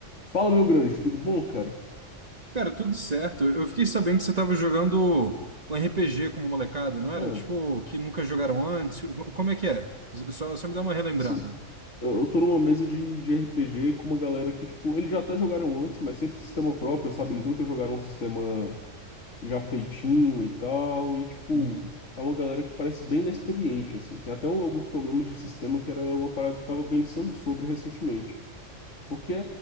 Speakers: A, on the left; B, on the right.
A: Fala, meu grande, tudo bom, cara?
B: Cara, tudo certo. Eu fiquei sabendo que você tava jogando um RPG como molecada, não era?
A: Ah,
B: Tipo, que nunca jogaram antes. Como é que é? Só, só me dá uma relembrada.
A: sim. Eu, eu tô numa mesa de, de RPG com uma galera que, tipo, eles já até jogaram antes, mas sempre sistema próprio, sabe? Eles nunca jogaram um sistema já feitinho e tal. E, tipo,
B: Uhum.
A: é uma galera que parece bem inexperiente, assim. Tem até um- alguns problemas de sistema que era uma parada que eu tava pensando sobre recentemente. Porque é,